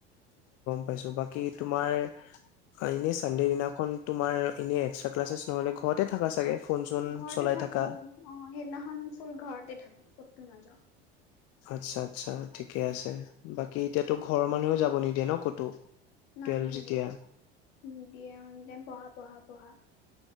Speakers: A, on the left; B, on the left.
A: পাইছোঁ। বাকী তোমাৰ, এনে চানডে দিনাখন তোমাৰ, এনে এক্সট্ৰা ক্লাচছ নহলে ঘৰতে থাকা চাগে? ফোন চোন
B: ঘৰতে
A: চলাই
B: থাকো
A: থাকা
B: অঁ, সেইদিনাখন চোন ঘৰতে থাকো কতো নাযাও।
A: আচ্ছা আচ্ছা ঠিকে আছে। বাকী এতিয়াটো ঘৰৰ মানুহে যাব নিদি য়ে ন ক'তো।
B: নাই
A: টুৱেলভ
B: নিদিয়ে-
A: যেতিয়া
B: নিদিয়ে, অঁ এনি টাইম পঢ়া পঢ়া-পঢ়া।